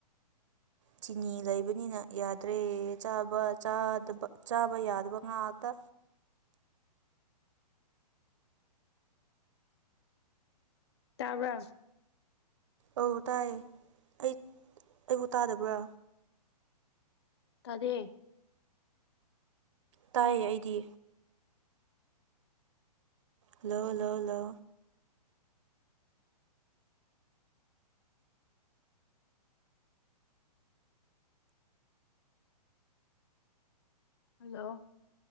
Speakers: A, on the right; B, on the left.
A: ꯆꯤꯅꯤ ꯂꯩꯕꯅꯤꯅ ꯌꯥꯗ꯭ꯔꯦ ꯆꯥꯕꯗꯕ ꯆꯥꯕ ꯌꯥꯗꯕ ꯉꯥꯛꯇ
B: ꯇꯥꯕ꯭ꯔꯥ
A: ꯑꯧ ꯇꯥꯏꯌꯦ ꯑꯩ ꯑꯩꯕꯨ ꯇꯥꯗꯕ꯭ꯔꯥ
B: ꯇꯗꯦ
A: ꯇꯥꯏꯌꯦ ꯑꯩꯗꯤ ꯍꯜꯂꯣ ꯂꯣꯂꯣ
B: ꯍꯜꯂꯣ